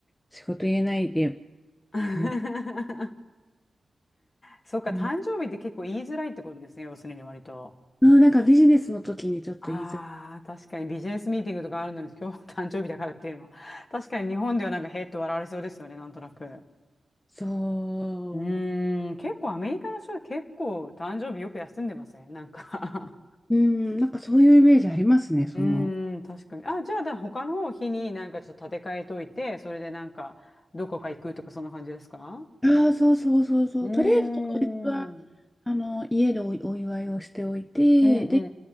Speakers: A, on the left; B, on the left.
A: 仕事入れないで、
B: <laughs>
A: もう、
B: そうか、
A: もう
B: 誕生日って結構言いづらいってことですね。要するに割と。
A: うんなんかビジネスの時にちょっと言いづらい。
B: ああ、確かにビジネスミーティングとかあるのに今日は誕生日だからっていうのは。確かに日本ではなんかへーって笑われそうですよね。なんとなく。
A: そう。
B: うーん、結構アメリカの人は結構誕生日よく休んでませんなんか
A: うん、なんかそういうイメージありますね、その。
B: うーん、確かに。あ、じゃあ、だ他の方日になんかちょっと立て替えといて、それでなんか、どこか行くとか、そんな感じですか
A: ああ、そうそうそうそう。
B: うーん。
A: とりあえず当日は、
B: うん
A: あの、家でお、お祝いをしておいて、
B: うん
A: で、